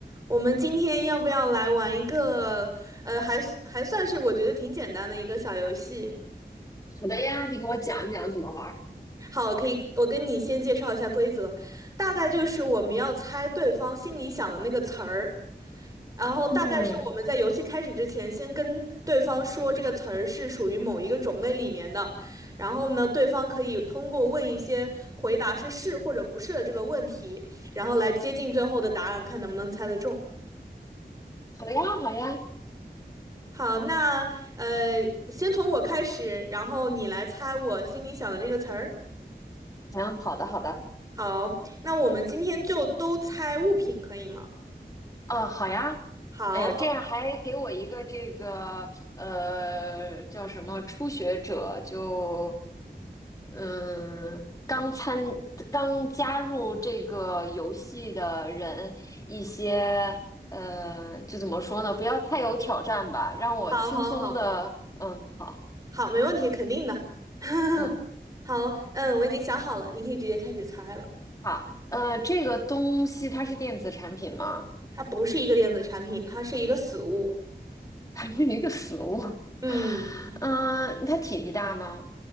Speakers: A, on the right; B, on the left.
A: 我们今天要不要来玩一个，呃，还还算是我觉得挺简单的一个小游戏？
B: 好的呀，你给我讲一讲怎么玩儿。
A: 好，可以，我跟你先介绍一下规则，大概就是我们要猜对方心里想的那个词儿，然后大概是我们在游戏开始之前，
B: 嗯，
A: 先跟对方说这个词儿是属于某一个种类里面的，然后呢，对方可以通过问一些回答是是或者不是的这个问题，然后来接近最后的答案，看能不能猜得中。
B: 好呀，好呀，
A: 好，那呃，先从我开始，然后你来猜我心里想的这个词儿。
B: 行，好的，好的，
A: 好，那我们今天就都猜物品，可以吗？
B: 嗯，好呀。
A: 好，
B: 哎呦，
A: 哦
B: 这样还给我一个这个呃叫什么初学者，就嗯刚参刚加入这个游戏的人一些呃就怎么说呢，不要太有挑战吧，让我轻松的嗯好
A: 好，好，好，好，没问题，肯定的。<laughs>
B: 嗯
A: 好，嗯，我已经想好了，你可以直接开始猜了。
B: 好呃这个东西它是电子产品吗？
A: 它不是一个电子产品，它是一个死物。
B: 还是一个死物。<laughs>
A: 嗯，
B: 嗯，它体积大吗？